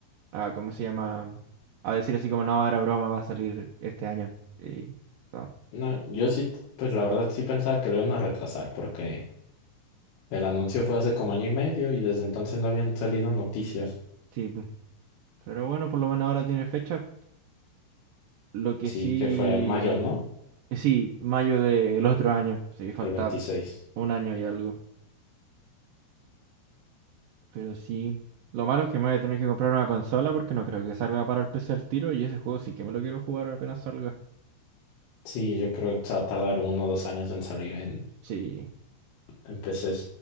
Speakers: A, on the right (about 70°); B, on the left (about 85°).
A: a, ¿cómo se llama? A decir así como, no, era broma, va a salir este año. Y, no.
B: No,
A: bueno,
B: yo sí, t- pues la verdad sí pensaba que lo iban a retrasar porque el anuncio fue hace como año y medio y desde entonces no habían salido noticias.
A: Sí, pu. pero bueno, por lo menos ahora tiene fecha. Lo que
B: Sí,
A: sí,
B: que fue en mayo, ¿no?
A: eh, sí, mayo del otro año. Sí, falta
B: Del 26.
A: un año y algo. Pero sí, lo malo es que me voy a tener que comprar una consola porque no creo que salga para el PC al tiro y ese juego sí que me lo quiero jugar apenas salga.
B: Sí, yo creo que se va a tardar uno o dos años en salir en,
A: Sí,
B: en PCs.